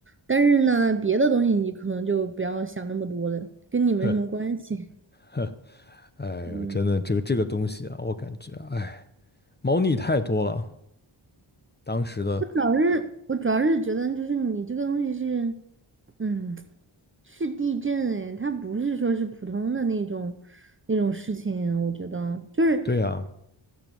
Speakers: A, on the right; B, on the left.
A: 但是呢，别的东西你可能就不要想那么多了，跟你没什么关系。
B: 呵呵，哎呦，
A: 嗯。
B: 真的，这个这个东西啊，我感觉，哎，猫腻太多了。当时的，
A: 我主要是我主要是觉得就是你这个东西是，嗯，是地震哎，它不是说是普通的那种那种事情，我觉得就是
B: 对呀，